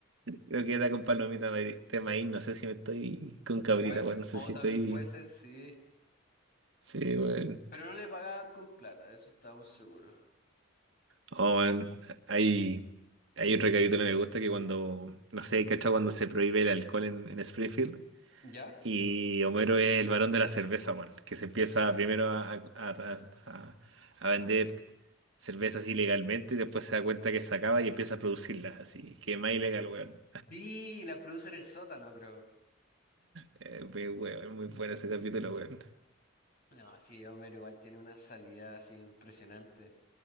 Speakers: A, on the right; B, on the left.
A: Creo que era con palomita de de maíz, no sé si me estoy con cabrita,
B: Pues,
A: weón, no sé
B: o
A: si
B: también
A: estoy...
B: puede ser, sí.
A: Sí, weón.
B: Pero no le pagaban con plata, de eso estamos seguros.
A: Oh, weón. Hay, hay otro capítulo que me gusta que cuando, no sé, ¿cachai? Cuando se prohíbe el alcohol en, en Springfield.
B: ¿Ya?
A: Y Homero es el varón de la cerveza, weón, que se empieza primero a, a- a- a- a vender cervezas ilegalmente y después se da cuenta que se acaba y empieza a producirlas, así que es más ilegal, weón.
B: Sí, la produce en el sótano, creo.
A: Eh, muy, weón, muy bueno ese capítulo, weón.
B: No, sí, Homero igual tiene una salida así impresionante.